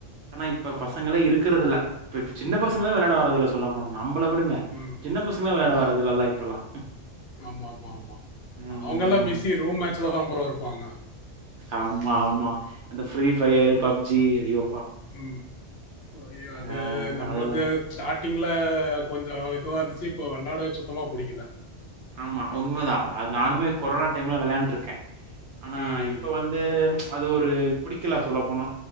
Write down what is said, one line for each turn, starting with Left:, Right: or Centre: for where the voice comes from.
Right: ஆனா இப்ப
Left: ஆமாமாமா.
Right: பசங்களே இருக்கிறது இல்ல இப்ப சின்ன பசங்களே விளையாட வர்றது இல்ல சொல்லப்போனா நம்மள விடுங்க
Left: ம்.
Right: சின்ன பசங்களே விளையாட
Left: ஆமா.
Right: வர்றதில்ல எல்லா இப்பெல்லா
Left: ஆமாமாமா.
Right: உம்
Left: அவங்கலாம் பிஸி ரூம் மேட்ச்ல தான் ப்ரோ இருப்பாங்க.
Right: ஆமா ஆமா இந்த ஃப்ரீ ஃபயர் பப்ஜி இவ
Left: உம் ய அது
Right: ஆ
Left: நம்மளுக்கு
Right: அதெல்லா
Left: ஸ்டார்டிங்ல கொஞ்சோ இதுவா இருந்துச்சு இப்போ வெளாடவே சுத்தமா புடிக்கல
Right: ஆமா உண்மதா அது நானுமே கொரோனா
Left: ஆமா.
Right: டைம்ல விளையாண்டுருக்க ஆனா
Left: ம்.
Right: இப்ப வந்து ப்ச் அது ஒரு புடிக்கல சொல்ல போனா